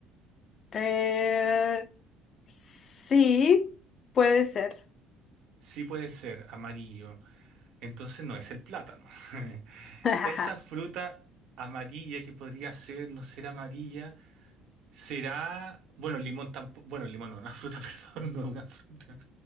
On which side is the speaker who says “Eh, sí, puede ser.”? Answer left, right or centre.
Left